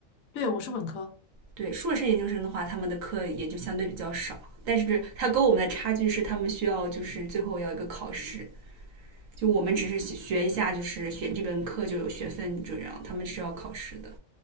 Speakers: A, on the left; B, on the right.
A: 对，我是本科，
B: 对，硕士研究生的话，他们的课也就相对比较少，但是他跟我们的差距是他们需要就是最后要一个考试。就我们只是学一下，就是选这门课就有学分这样，他们是要考试的。